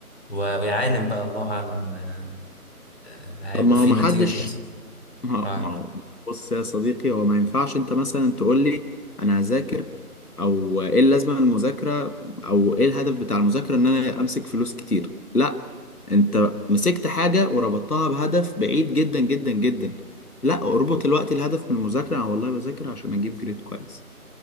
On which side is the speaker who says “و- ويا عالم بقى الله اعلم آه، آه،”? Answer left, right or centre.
Left